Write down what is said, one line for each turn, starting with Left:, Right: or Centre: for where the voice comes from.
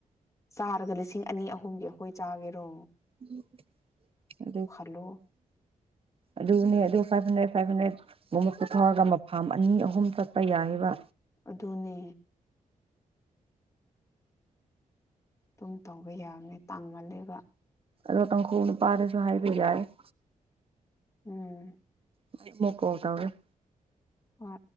Left: ꯆꯥꯔꯒ ꯂꯤꯁꯤꯡ ꯑꯅꯤ ꯑꯍꯨꯝꯒꯤ ꯑꯩꯈꯣꯏ ꯆꯥꯒꯦꯔꯣ?
Right: <unintelligible>
Left: ꯈꯜꯂꯣ
Right: ꯑꯗꯨꯅꯦ ꯑꯗꯨ ꯐꯥꯏꯚ ꯍꯟꯗ꯭ꯔꯦꯠ ꯐꯥꯏꯚ ꯍꯟꯗ꯭ꯔꯦꯠꯒꯨꯝꯕ ꯄꯨꯊꯔꯒ ꯃꯐꯝ ꯑꯅꯤ ꯑꯍꯨꯝ ꯆꯠꯄ ꯌꯥꯏꯌꯦꯕ
Left: ꯑꯗꯨꯅꯦ ꯑꯗꯨꯝ ꯇꯧꯕ ꯌꯥꯕꯅꯤ ꯇꯥꯡꯃꯜ ꯂꯦꯕ
Right: ꯔꯣ ꯇꯪꯈꯨꯜ ꯅꯨꯄꯗꯁꯨ ꯍꯥꯢꯕ ꯌꯥꯏ ꯫
Left: ꯎꯝ꯫
Right: <unintelligible> ꯀꯣꯜ ꯇꯧꯔꯦ꯫
Left: ꯍꯣꯏ